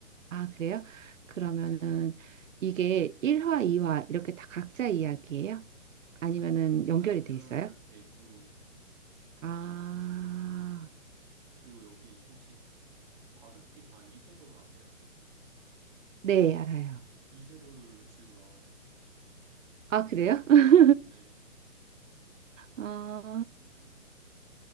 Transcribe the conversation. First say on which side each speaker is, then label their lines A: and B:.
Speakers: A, on the right (about 75°); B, on the right (about 35°).
A: 아, 그래요? 그러면은 이게 1화, 2화 이렇게 다 각자 이야기예요? 아니면은
B: 아니에요. 다
A: 연결이
B: 연결돼
A: 돼 있어요?
B: 있고
A: 아,
B: 그리고 여기 혹시 바둑기사 이세돌 아세요?
A: 네, 알아요.
B: 이세돌 씨도 나와요.
A: 아, 그래요? <laughs>
B: 네.
A: 아,